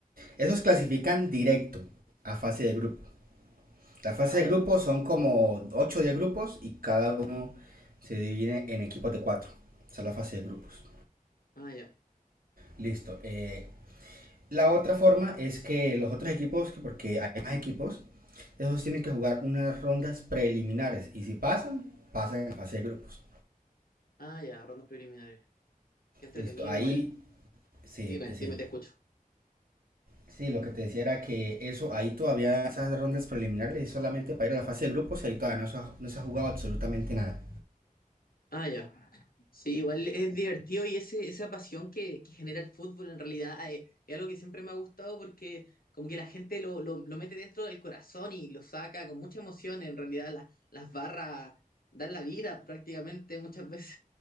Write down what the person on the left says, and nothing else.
Ah,
ya,
ah, ya,
ah, ya, rondas preliminares. Qué entretenido,
igual.
Dime,
dime, te escucho.
Ah, ya. Sí, igual es divertido y ese, esa pasión que, que genera el fútbol en realidad eh, es, algo que siempre me ha gustado porque como que la gente lo, lo, lo mete dentro del corazón y lo saca con mucha emoción. En realidad la- las barras dan la vida prácticamente muchas <laughs> veces